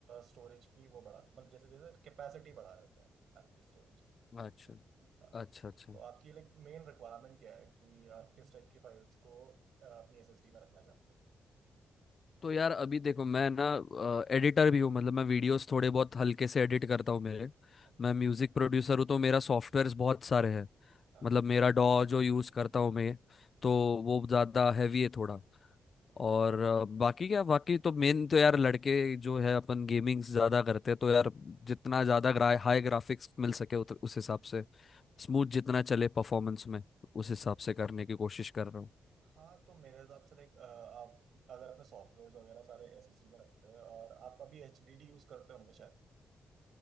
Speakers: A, on the right; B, on the left.
A: स्टोरेज की वो बढ़ाते मतलब जैसे जैसे कैपेसिटी बढ़ा रहे होते हैं एक्चुअली स्टोरेज
B: अच्छा
A: हाँ
B: अच्छा अच्छा
A: तो आपकी लाइक मेन रिक्वायरमेंट क्या है कि आप किस टाइप की फाइल्स को अ, अपनी एसएसडी में रखना चाहते हो
B: तो यार अभी देखो मैं ना एडिटर भी हूँ मतलब मैं वीडियोस थोड़े बहुत हल्के से एडिट करता हूँ मेरे
A: हाँ जी
B: मैं म्यूजिक प्रोड्यूसर हूँ तो मेरा सॉफ्टवेयर्स बहुत सारे हैं
A: हाँ
B: मतलब मेरा डॉ जो यूज़ करता हूँ मैं तो वो ज़्यादा हैवी है थोड़ा और अ, बाकी क्या बाकी तो मेन तो यार लड़के जो है अपन गेमिंग ज़्यादा करते हैं तो यार जितना ज़्यादा ग्रा, हाई ग्राफिक्स मिल सके उत, उस हिसाब से स्मूथ जितना चले परफॉर्मेंस में उस
A: ओके
B: हिसाब से करने की कोशिश कर रहा हूँ
A: हाँ तो मेरे हिसाब से लाइक आप अगर अपने सॉफ्टवेयर वगैरह सारे एसएसडी में रखते हैं और आप अभी एचडीडी यूज करते होंगे शायद